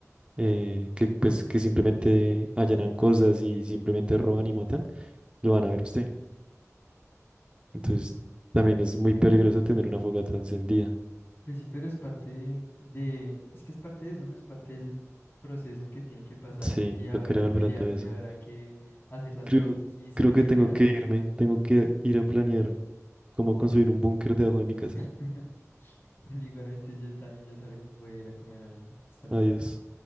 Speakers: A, on the right; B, on the left.
A: eh, que pues que simplemente allanan cosas y simplemente roban y matan, lo van a ver a usted. Entonces también es muy peligroso tener una fogata encendida.
B: Pues sí, pero es parte de, es que es parte de eso, ¿no? Es parte del proceso que tiene que pasar
A: Sí,
B: y habrá
A: no quería
B: que
A: volver
B: pelear
A: a todo eso.
B: y habrá que hacer las
A: Creo,
B: cosas y sobrevivirá.
A: creo que tengo que irme, tengo que ir a planear cómo construir un búnker debajo de mi casa.
B: Pero <laughs> igualmente yo también ya salgo, voy a ir a comer algo. Hasta luego.
A: Adiós.